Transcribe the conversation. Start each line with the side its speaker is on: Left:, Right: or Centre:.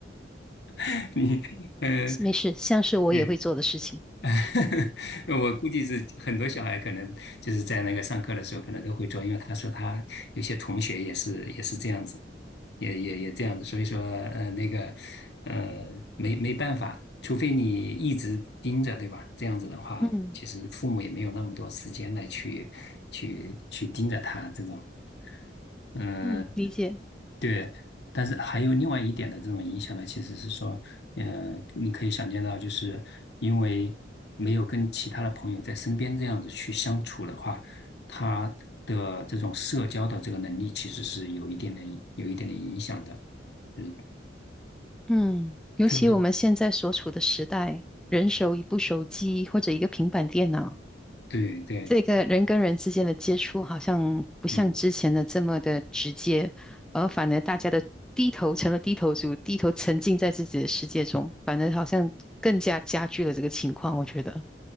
Left: <laughs> 你呃。
Centre: 没事，像是我也会做的事情。
Left: 嗯 <laughs> 我估计是很多小孩可能就是在那个上课的时候可能都会做，因为他说他有些同学也是也是这样子，也也也这样子，所以说呃那个呃没没办法，除非你一直盯着，对吧？这样子的话，
Centre: 嗯
Left: 其实父母也没有那么多时间来去去去盯着他这种。嗯。
Centre: 嗯，理解。
Left: 对，但是还有另外一点的这种影响呢，其实是说，呃，你可以想见到，就是因为没有跟其他的朋友在身边这样子去相处的话，他的这种社交的这个能力其实是有一点点有一点点影响的，嗯，
Centre: 嗯，尤其我们现在所处的时代，
Left: 特别是
Centre: 人手一部手机或者一个平板电脑，
Left: 对对，
Centre: 这个人跟人之间的接触好像不像之前的这么的直接，
Left: 嗯，
Centre: 而反而大家的低头成了低头族，低头沉浸在自己的世界中，反而好像更加加剧了这个情况，我觉得。